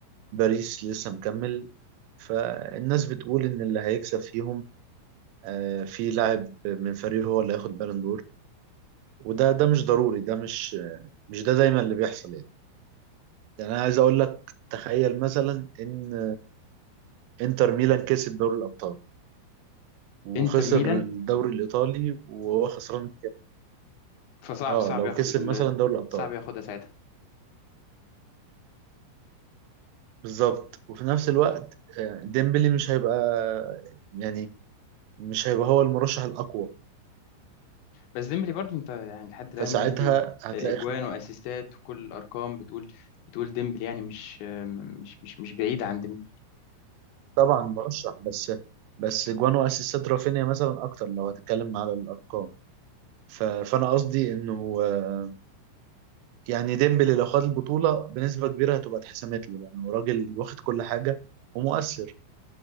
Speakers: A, on the right; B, on the left.
A: باريس لسه مكمل فالناس بتقول ان اللي هيكسب فيهم آه، في لاعب من فريقه هو اللي هياخد بالون دور وده ده مش ضروري ده مش مش ده دايما اللي بيحصل يعني يعني انا عايز اقول لك تخيل مثلا ان انتر ميلان كسب دوري الابطال وخسر
B: انتر ميلان
A: الدوري الايطالي وهو خسران
B: فصعب
A: اه
B: صعب
A: لو
B: ياخد
A: كسب
B: ال...
A: مثلا دوري الابطال
B: صعب ياخدها ساعتها
A: بالظبط وفي نفس الوقت آه، ديمبلي مش هيبقى يعني مش هيبقى هو المرشح الاقوى
B: بس ديمبلي برضو انت يعني لحد الان
A: فساعتها
B: ديمبلي
A: هتلاقي
B: آه، اجوان
A: خناقه
B: واسيستات وكل الارقام بتقول بتقول ديمبلي يعني مش آه، مش مش مش بعيد عن ديمبلي
A: طبعا مرشح بس بس جوان واسيستات رافينيا مثلا اكتر لو هتتكلم على الارقام ف- فانا قصدي انه آه، يعني ديمبلي لو خد البطوله بنسبه كبيره هتبقى اتحسمت له لانه راجل واخد كل حاجه ومؤثر